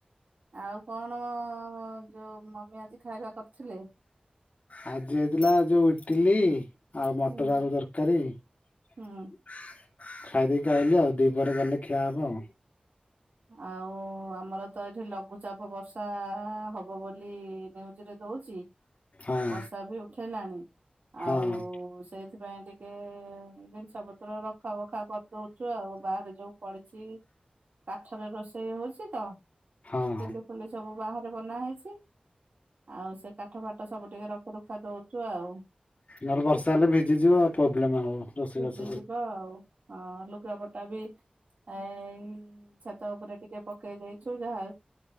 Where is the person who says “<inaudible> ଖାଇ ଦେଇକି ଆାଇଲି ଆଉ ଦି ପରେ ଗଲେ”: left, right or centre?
Left